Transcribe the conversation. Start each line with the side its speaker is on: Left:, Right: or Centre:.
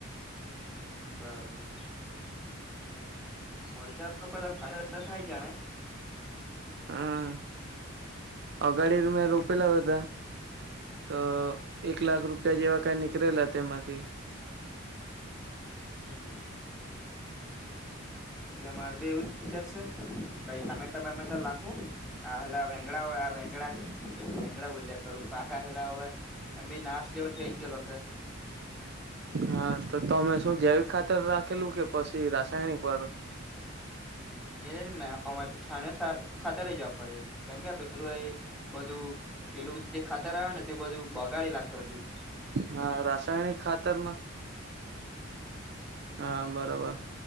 Centre: બરાબર. મરચા <unintelligible> ફાયદા થાય જાણે
Right: હમ અગાડી મેં રોપેલા ઉતા તો એક લાખ રૂપિયા જેવા કઈ નીકળેલા તેમાંથી
Centre: હમ્મ, એટલે મારે બી એવું જ વિચાર સે કઈ તામેતા બમેતા લાખું આ હેલા વેંગણા આ વેંગણા આંગડા બુલ્યા કરું પાકા હેલા અવે એમ બી નાશ જેવો થેઈ જ ગેલો છે
Right: હા તો તમે શું જૈવિક ખાતર રાખેલું કે પછી રાસાયણિક વારુ
Centre: એજ મેં અમાર તો છાણિયા સા ખાતર જ વાપરીએ કેમ કે પે લું એ બધું પેલું જે ખાતર આવે ને તે બધું બગાડી લાખે બધી
Right: હા, રાસાયણિક ખાતરમાં, હા, બરોબર.